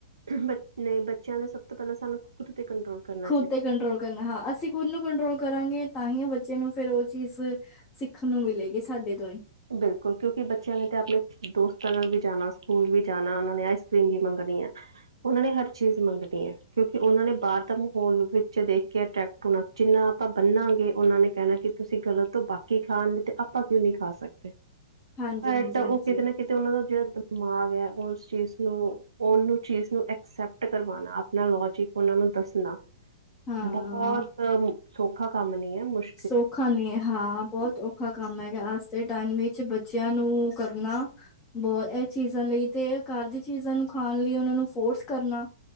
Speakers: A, on the right; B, on the left.
A: ਬੱਚ ਨੇ, ਬੱਚਿਆਂ ਦੇ ਸਭ ਤੋਂ ਪਹਿਲਾਂ ਸਾਨੂੰ ਖ਼ੁਦਤੇ ਕੰਟਰੋਲ ਕਰਨਾ
B: ਖੁਦ
A: ਚਾਹੀਦਾ
B: ਤੇ ਕੰਟਰੋਲ ਕਰਨਾ ਹਾਂ। ਅਸੀਂ ਖੁਦ ਨੂੰ ਕੰਟਰੋਲ ਕਰਾਂਗੇ, ਤਾਂ ਹੀ ਉਹ ਬੱਚੇ ਨੂੰ ਫੇਰ ਉਹ ਚੀਜ਼ ਸਿੱਖਣ ਨੂੰ ਮਿਲੇਗੀ, ਸਾਡੇ ਤੋਂ ਹੀ।
A: ਬਿਲਕੁਲ, ਕਿਉਂਕਿ ਬੱਚਿਆਂ ਨੇ ਤੇ ਆਪਣੇ ਦੋਸਤਾਂ ਨਾਲ ਵੀ ਜਾਣਾ, ਸਕੂਲ ਵੀ ਜਾਣਾ, ਉਹਨਾਂ ਨੇ ਆਈਸ ਕਰ੍ਰੀਮ ਵੀ ਮੰਗਣੀ ਆ। ਉਹ ਨੇ ਹਰ ਚੀਜ਼ ਮੰਗਣੀ ਹੈ, ਕਿਉਂਕਿ ਉਹਨਾਂ ਨੇ ਬਾਹਰ ਦਾ ਮਾਹੌਲ ਵਿੱਚ ਦੇਖ ਕੇ ਅਟਰੈਕਟ ਹੁ ਜਿੰਨਾ ਆਪਾਂ ਬੰਨਾਂਗੇ, ਉਹਨਾਂ ਨੇ ਕਹਿਣਾ, ਕਿ ਤੁਸੀਂ ਗ਼ਲਤ ਤੋਂ ਬਾਕੀ ਖਾਣ ਤੇ ਆਪਾਂ ਕਿਉਂ ਨਹੀਂ ਖਾ ਸਕਦੇ।
B: ਹਾਂਜੀ,
A: ਬਟ
B: ਹਾਂਜੀ,
A: ਉਹ
B: ਹਾਂਜੀ
A: ਕਿਤੇ ਨਾ ਕਿਤੇ ਉਹਨਾ ਦਾ ਜਿਹੜਾ ਦਿਮਾਗ ਹੈ, ਉਹ ਉਸ ਚੀਜ਼ ਨੂੰ ਉਹਨੂੰ ਚੀਜ਼ ਨੂੰ ਐਕਸੈਪਟ ਕਰਵਾਣਾ, ਆਪਣਾ ਲੋਜਿਕ ਉਹਨਾਂ ਨੂੰ ਦੱਸਣਾ।
B: ਹਾਂ।
A: ਬਹੁਤ ਸੌਖਾ ਕੰਮ ਨੀ ਹੈ, ਮੁਸ਼ਕ
B: ਸੌਖਾ ਨੀ ਹੈ, ਹਾਂ ਬਹੁਤ ਔਖਾ ਕੰਮ ਹੈਗਾ। ਦੇ ਟਾਈਮ ਵਿੱਚ ਬੱਚਿਆਂ ਨੂੰ ਕਰਨਾ ਬਹੁਤ ਇਹ ਚੀਜ਼ਾਂ ਲਈ ਤੇ, ਘਰ ਦੀ ਚੀਜ਼ਾਂ ਨੂੰ ਖਾਣ ਲਈ ਉਹਨਾਂ ਨੂੰ ਫੋਰਸ ਕਰਨਾ